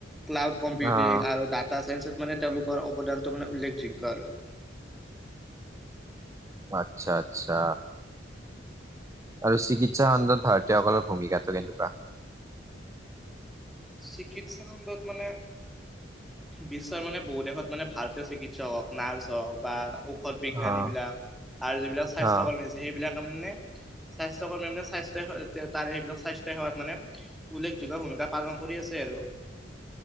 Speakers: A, in the centre; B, on the right (about 15°).
A: ক্লাউড কম্পিউটিং
B: অ'।
A: আৰু ডাটা চাইন্সত মানে তেওঁলোকৰ অৱদানটো মানে উল্লেখযোগ্য আৰু
B: আচ্ছা আচ্ছা, আৰু চিকিৎসা খণ্ডত ভাৰতীয়সকলৰ ভূমিকাটো কেনেকুৱা?
A: চিকিৎসা খণ্ডত মানে বিশ্বৰ মানে বহু দেশত মানে ভালকে চিকিৎসক হওক, নাৰ্ছ হওক বা ও ঔষধ বিজ্ঞানী
B: অ',
A: বিলাক আৰু যিবিলাক স্বাস্থ্য
B: অ',
A: কৰ্মী সেইবিলাক মানে স্বাস্থ্য কৰ্মী মানে স্বাস্থ্য হয় তাৰে সেইবিলাক স্বাস্থ্য, সেৱাত মানে উল্লেখযোগ্য ভূমিকা পালন, কৰি আছে আৰু